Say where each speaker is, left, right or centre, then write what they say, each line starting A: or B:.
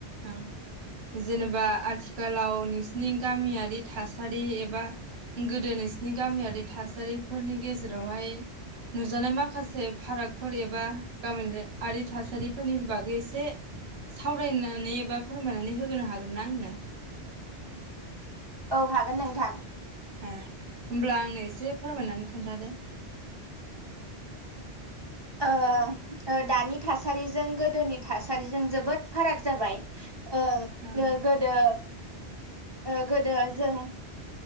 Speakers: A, on the right; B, on the right.
A: ओं जेनेबा आथिखालाव नोंसिनि गामियारि थासारि एबा गोदो नोंसिनि गामियारि थासारिफोरनि गेजेरावहाय नुजानाय माखासे फारागफोर एबा गामियारि थासारिफोरनि बागै एसे सावरायनो नै बा फोरमायनानै होनो हागोन ना आंनो
B: औ हागोन नोंथां
A: उम होमब्ला आंनो एसे फोरमायनानै खोन्थादो।
B: ओ दानि थासारिजों गोदोनि थासारिजों जोबोद फाराग जाबाय ओ
A: ओं
B: गोदो ओ गोदो जों